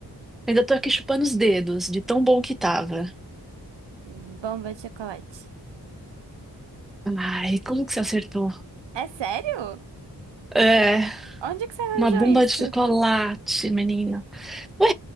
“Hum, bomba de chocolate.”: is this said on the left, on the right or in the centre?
Right